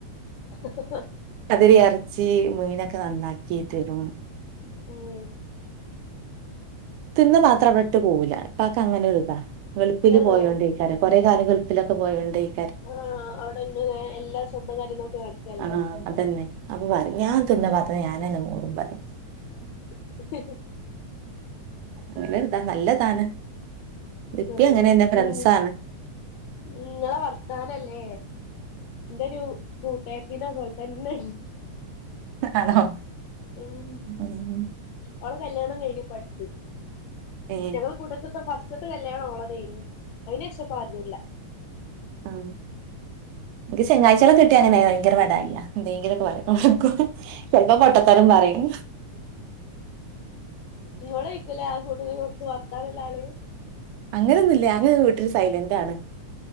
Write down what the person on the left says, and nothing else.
<unintelligible>
ഉം
ആണോ
ആഹ്. അവ്ടെ ഇന്ന് വേ എല്ലാ സ്വന്തം കാര്യം നോക്കി നടത്തല്ലേ
<unintelligible>
ആ
ഈ ഇങ്ങളെ വർത്താനല്ലേ ന്റെ ഒരു കൂട്ടേര്ത്തിന്റെ പോല്തന്നെണ്ട്
ഉം.
ഓളെ കല്യാണം കയിഞ്ഞു പ്പട്ത്ത്
ഞങ്ങൾ കൂട്ടത്ത്ത്തെ ഫസ് ത്തെ കല്യാണം ഓളതായിരുന്നു അതിനു ശേഷംപ്പം ആരുതുല്ല
ങ്ങളെയികുലേ ആ കൂട്ടകുറച്ച് വർത്താനള്ള ആള്